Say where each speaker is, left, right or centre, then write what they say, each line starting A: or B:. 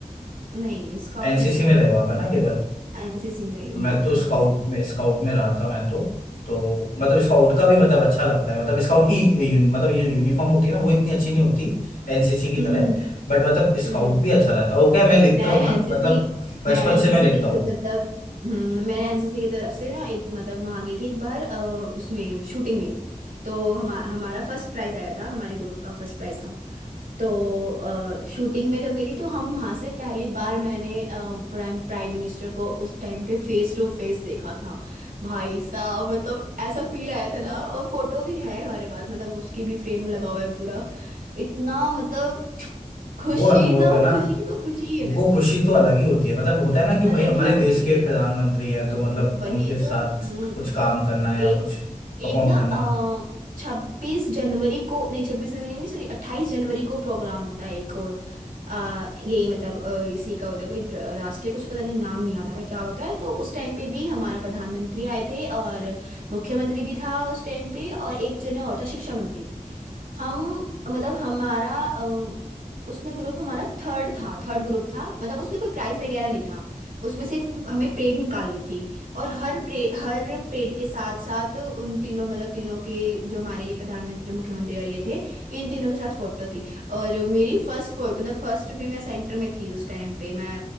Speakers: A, on the right (about 85°); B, on the left (about 90°).
A: नहीं स्काउट
B: एनसीसी
A: में तो नहीं
B: में रहे
A: गई
B: हो आप है ना केवल
A: एनसीसी में रही हूँ
B: मैं
A: हाँ
B: तो स्काउट
A: एनसीसी
B: में स्काउट में रहा था मैं तो तो मतलब स्काउट का भी मतलब अच्छा लगता है मतलब स्काउट की यून, मतलब ये यूनिफॉर्म होती है ना वो इतनी अच्छी नहीं होती एनसीसी की
A: हम्म
B: तरह
A: हम्म
B: बट मतलब स्काउट
A: हम्म
B: भी अच्छा लगता है वो क्या मैं लिखता
A: मैं
B: हूँ ना
A: एनसीसी
B: मतलब बचपन
A: मैं एनसीसी
B: से मैं लिखता
A: के थ्रू-
B: हूँ
A: मतलब हम्म, मैं एनसीसी की तरफ से ना एक मतलब वहां गई थी एक बार अ, उसमें शूटिंग में तो हमा, हमारा फर्स्ट प्राइज आया था हमारे ग्रुप का फर्स्ट प्राइज था तो शूटिंग में जब गई थी तो हम वहां से पहली बार मैंने अ, प्राइम प्राइम मिनिस्टर को उस टाइम पे फेस टू फेस देखा था भाई साहब मतलब ऐसा फील आया था ना और फोटो भी है हमारे पास मतलब उसकी भी फ्रेम लगा हुआ है पूरा इतना मतलब खुशी
B: वो अनुभव
A: ना
B: है
A: वो
B: ना
A: खुशी वो खुशी ही अलग
B: वो खुशी
A: थी
B: तो अलग ही होती है मतलब होता है ना कि
A: अलग
B: भाई हमारे
A: ही होती
B: देश के
A: है
B: प्रधानमंत्री हैं तो मतलब
A: वही
B: उनके
A: तो
B: साथ
A: हम्म
B: कुछ काम करना या
A: एक
B: कुछ परफॉर्म
A: एक ना
B: करना
A: अ छब्बीस जनवरी को नहीं छब्बीस जनवरी नहीं सॉरी अट्ठाईस जनवरी को प्रोग्राम होता है एक और आ, यही मतलब अ, इसी का होता है कोई ड्र- राष्ट्रीय कुछ पता नहीं नाम नहीं याद आ रहा क्या होता है तो उस टाइम पे भी हमारा प्रधानमंत्री आए थे और मुख्यमंत्री भी था उस टाइम पे और एक जने और था शिक्षा मंत्री हम मतलब हमारा अम, उसमें ग्रुप हमारा थर्ड था थर्ड ग्रुप था मतलब उसमें कोई प्राइज वगैरह नहीं था उसमें सिर्फ हमें परेड निकालनी थी और हर प्रे हर परेड के साथ साथ उन तीनों मतलब तीनों के जो हमारे ये प्रधानमंत्री मुख्यमंत्री और ये थे इन तीनों के साथ फोटो थी और मेरी फर्स्ट मतलब फर्स्ट में मैं सेंटर में थी उस टाइम पे मैं